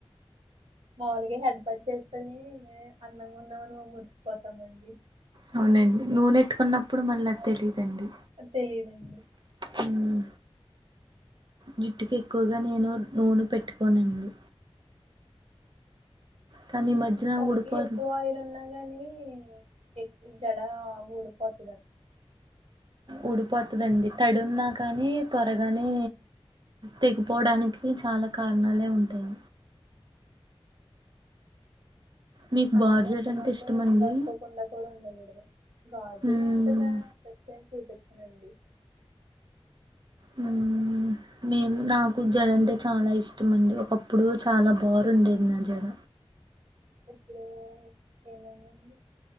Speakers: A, on the right; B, on the right.
A: మాములుగా హెడ్ బాత్ చేస్తేనే అందంగా ఉన్నామని మురిసిపోతామండి
B: అవునండి నూనెట్టుకున్నప్పుడు మళ్ళీ తెలీదండి
A: తెలిదండి
B: హ్మ్ జుట్టుకి ఎక్కువగా నేను నూనె పెట్టుకోనండి కానీఈ మధ్యన
A: తలకి
B: ఊడిపోతం
A: ఎక్కువ ఆయిల్ ఉన్నా అగాని ఎక్ జడ ఊడిపోత
B: ఊడిపోతదండి తడి ఉన్నా కానీ త్వరగానే తెగిపోవడానికి చాలా కారణాలే ఉంటాయి మీకు
A: అలానే
B: బార్జెట్
A: అత్త
B: అంటే
A: మాటలో
B: ఇష్టమండి
A: నూనె రాసుకోకుండా కూడా ఉండకూడదు గాజులు
B: ఉమ్
A: అంతగా చూపి <inaudible>
B: హ్మ్ మేము నాకు జడ అంటే చాలా ఇష్టం అండి ఒకప్పుడు చాలా బారు ఉండేది నా జడ
A: ఇప్పుడు ఏమైందండి